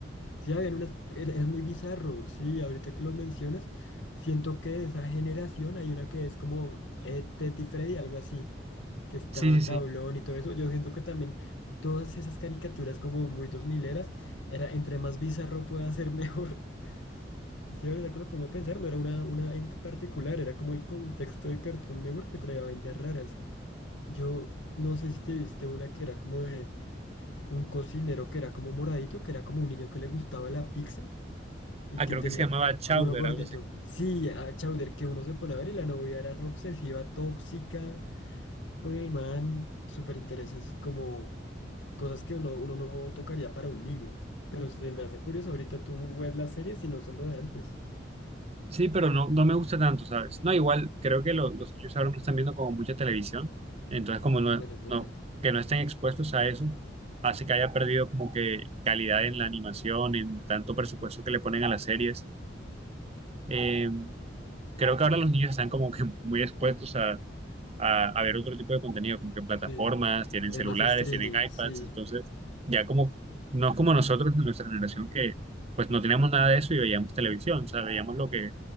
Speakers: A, on the left (about 80°); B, on the right (about 35°).
A: Sí, habían unas, es es muy bizarro, sí, ahorita que lo mencionas, siento que de esa generación hay una que es como eh, Teti Freddy, algo así, que estaba
B: Sí, sí, sí.
A: Tablón y todo eso, yo siento que también todas esas caricaturas como muy dos mileras, era entre más bizarro pueda ser mejor, <laughs> sí, ahorita que lo pongo a pensar, no era una, una en particular, era como el contexto de Cartoon Network que traía vainas raras, yo no sé si te viste una que era como de un cocinero que era como moradito, que era como un niño que le gustaba la pizza, y
B: Ah,
A: que
B: creo
A: tenía
B: que se llamaba Chowder,
A: uno gordito.
B: algo así.
A: Sí, a Chowder, que uno se pone a ver y la novia era re obsesiva, tóxica, con el man, súper intereses, como cosas que uno, uno no tocaría para un niño. Pero se me hace curioso, ahorita tú ves las series y no son lo de antes.
B: Sí, pero no, no me gusta tanto, ¿sabes? No, igual creo que lo- los niños ahora no están viendo como mucha televisión, entonces como
A: Bueno,
B: no,
A: es verdad.
B: no, que no estén expuestos a eso, hace que haya perdido como que calidad en la animación, en tanto presupuesto que le ponen a las series. Eh, creo que ahora los niños están como que muy expuestos a, a ver otro tipo de contenido, como que plataformas,
A: Sí,
B: tienen
A: es
B: celulares,
A: más streaming,
B: tienen iPads,
A: sí.
B: entonces ya como, no es como nosotros de nuestra generación que pues no teníamos nada de eso y veíamos televisión, o sea, veíamos lo que,